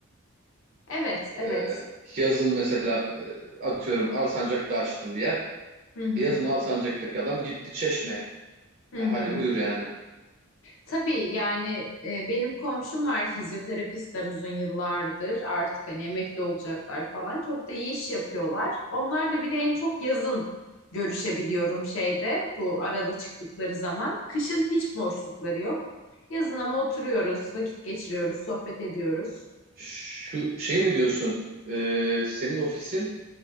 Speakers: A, on the left; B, on the right.
A: Evet, evet.
B: Ee, yazın mesela e, atıyorum Alsancak'ta açtım bir yer.
A: Hı hı.
B: Yazın Alsancak'taki adam gitti Çeşme'ye.
A: Hı
B: E,
A: hı.
B: hadi buyur yani.
A: Tabii yani e, benim komşum var fizyoterapistler uzun yıllardır artık hani emekli olacaklar falan çok da iyi iş yapıyorlar. Onlarla bir de en çok yazın görüşebiliyorum şeyde bu arada çıktıkları zaman. Kışın hiç boşlukları yok. Yazın ama oturuyoruz, vakit geçiriyoruz, sohbet ediyoruz.
B: Şu şey mi diyorsun? Ee, senin ofisin